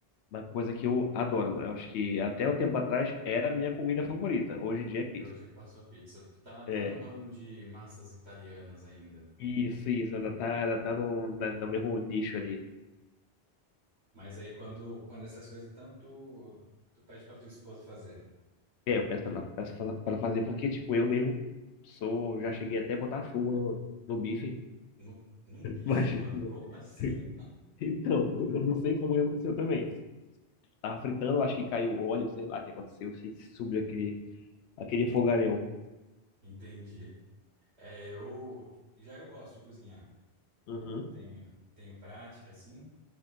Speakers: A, on the left (about 80°); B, on the right (about 75°).
A: uma coisa que eu adoro. Eu acho que até um tempo atrás era a minha comida favorita. Hoje em dia é pizza.
B: e hoje passou pizza. Tá, tá
A: É,
B: no ramo de massas italianas ainda.
A: isso, isso, ainda tá, ainda tá no, na- no mesmo nicho ali.
B: Mas aí quando, quando essas coisas, então tu, tu pede pra tua esposa fazer.
A: É, eu peço pra ela, peço pra ela pra ela fazer, porque, tipo, eu mesmo sou, já cheguei até a botar fogo no, no bife,
B: Num, num bife,
A: mas,
B: mano?
A: <laughs>
B: Como assim?
A: então, eu não sei como é aconteceu também. Tava fritando, eu acho que caiu óleo, sei lá o que aconteceu, sei que subiu aquele, aquele fogaréu.
B: <laughs> Entendi. É, eu já eu gosto de cozinhar.
A: Uhum.
B: Tenho, tenho prática, assim.